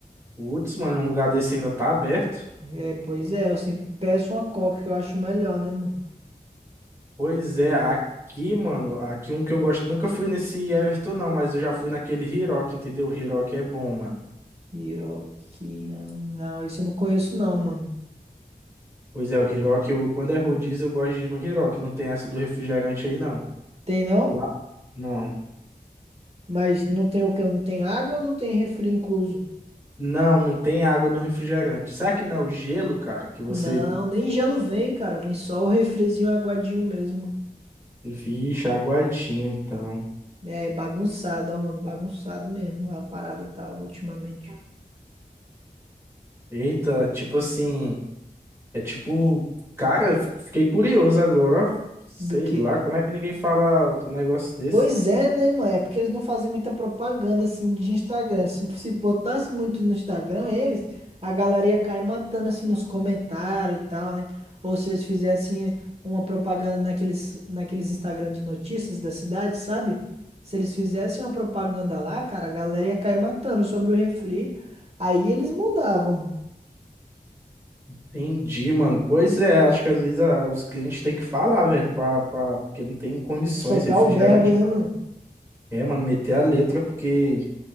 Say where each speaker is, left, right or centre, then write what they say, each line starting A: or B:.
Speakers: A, on the right; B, on the right.
A: Putz, mano, um lugar desse ainda tá aberto.
B: É, pois é, eu sempre peço uma Coca que eu acho melhor, né, mano?
A: Pois é, aqui, mano, aqui um que eu gosto, nunca fui nesse Everton não, mas eu já fui naquele Hirock, entendeu? O Hirock é bom, mano.
B: Kiroki. Não, esse eu não conheço, não, mano.
A: Pois é, o Hirock, eu, quando é rodízio, eu gosto de ir no Hirock, não tem essa do refrigerante aí não.
B: Tem não?
A: Lá, não.
B: Mas não tem o quê? Não tem água ou não tem refri incluso?
A: Não, não tem água no refrigerante. Será que não é o gelo, cara? Que você,
B: Não, nem gelo vem, cara. Vem só o refrizinho aguadinho mesmo.
A: vixe, aguadinho, então.
B: É bagunçado, ó, mano. Bagunçado mesmo. A parada tá ultimamente.
A: Eita, tipo assim, é tipo, cara, eu fiquei curioso agora, ó. Sei
B: Do quê?
A: lá, como é que ninguém fala um negócio desse?
B: Pois é, né, mano? É porque eles não fazem muita propaganda assim de Instagram. Se, se botasse muito no Instagram, eles, a galera ia cair matando assim nos comentários e tal, né? Ou se eles fizessem uma propaganda naqueles, naqueles Instagram de notícias da cidade, sabe? Se eles fizessem uma propaganda lá, cara, a galera ia cair matando sobre o refri. Aí eles mudavam, mano.
A: Entendi, mano. Pois é, acho que às vezes ah, os clientes têm que falar, velho, pra, pra- porque não tem condições,
B: Soltar
A: refrigerante.
B: o verbo, né,
A: pra-
B: mano?
A: É, mano, meter a letra porque